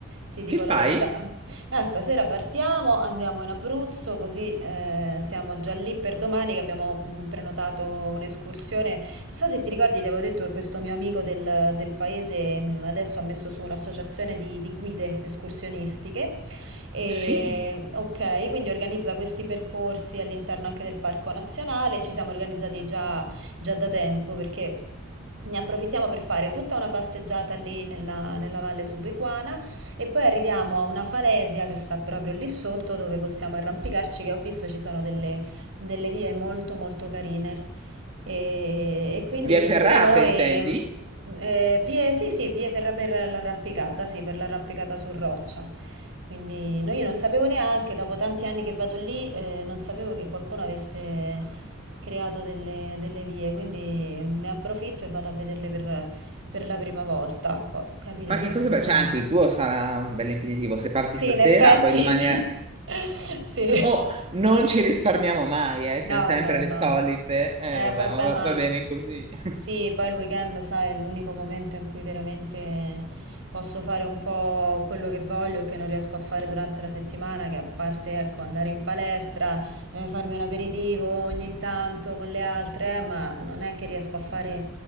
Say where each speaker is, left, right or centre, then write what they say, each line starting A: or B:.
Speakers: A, on the right; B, on the right.
A: Ti dico
B: Che fai?
A: la verità. Ah, stasera partiamo, andiamo in Abruzzo, così eh, siamo già lì per domani che abbiamo mh, prenotato un'escursione. Non so se ti ricordi, ti avevo detto che questo mio amico del, del paese mh, adesso ha messo su un'associazione di di guide escursionistiche. E,
B: Sì,
A: ok, quindi organizza questi percorsi all'interno anche del Parco Nazionale. Ci siamo organizzati già, già da tempo perché ne approfittiamo per fare tutta una passeggiata lì nella, nella valle subequana e poi arriviamo a una falesia che sta proprio lì sotto dove possiamo arrampicarci, che ho visto ci sono delle, delle vie molto molto carine. E, e quindi
B: via
A: sì,
B: Ferrata,
A: pure noi,
B: intendi?
A: eh, vie, sì, sì, vie ferra per l'arrampicata, sì, per l'arrampicata su roccia. Quindi no, io non sapevo neanche, dopo tanti anni che vado lì, eh, non sapevo che qualcuno avesse creato delle, delle vie, quindi ne approfitto e vado a vederle per, per la prima volta. Poi capiremo
B: Ma che cosa
A: come
B: bello?
A: sono.
B: Cioè, anche il tuo sarà un bel impegnativo. Se parti
A: Sì,
B: stasera,
A: in effetti,
B: poi domani
A: <laughs> ti-
B: è...
A: sì.
B: Oh, non ci risparmiamo mai, eh?
A: No,
B: Siamo sempre
A: no,
B: le
A: no.
B: solite. Eh,
A: Eh,
B: vabbè,
A: vabbè,
B: ma va,
A: ma
B: va bene così. <laughs>
A: sì, poi il weekend, sai, è l'unico momento in cui veramente posso fare un po' quello che voglio e che non riesco a fare durante la settimana, che a parte, ecco, andare in palestra, eh, farmi un aperitivo ogni tanto con le altre, eh, ma non è che riesco a fare